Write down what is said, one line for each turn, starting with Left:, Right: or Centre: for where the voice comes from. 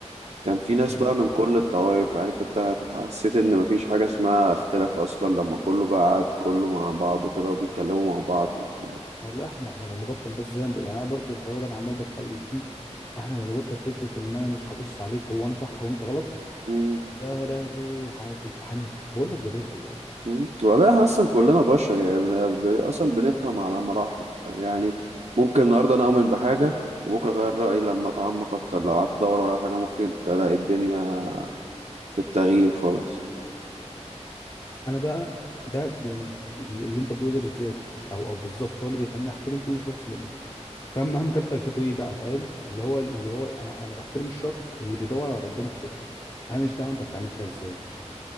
Right: كان في ناس
Left: مم.
Right: بقى من كل الطوائف عارف انت هت- حسيت ان مفيش حاجه اسمها اختلاف اصلا لما كله بقى قعد كله مع بعضه كده وبيتكلموا مع بعض وبتاع
Left: والله احنا احنا لو نبطل بس زي ما بق- يعني انا برضو الحوار ده انا عمال بتكلم فيه احنا لو نبطل فكره ان انا مش هبص عليك هو انا صح وانت غلط
Right: مم.
Left: يا لهوي هاكل هنرت بقول لك زبادي خلاص
Right: مم. وبعدين احنا اصلا كلنا بشر يعني بن- بن- اصلا بنفهم على مراحل فاهم؟ يعني ممكن النهارده انا اؤمن بحاجه وبكره اغير رايي لما اتعمق اكتر لو قعدت ادور ورا حاجه ممكن تلاقي الدنيا في التغيير خالص
Left: انا بقى ده ده- يعني اللي انت بتقوله ده بالذات او او بالظبط هو اللي بيخليني احترم كل شخص مؤمن فاهم مهما كانت طائفته ايه بقى فاهم اللي هو اللي هو انا انا بحترم الشخص اللي بيدور على ربنا بصدق انا مش دعوه انت بتعمل كده ازاي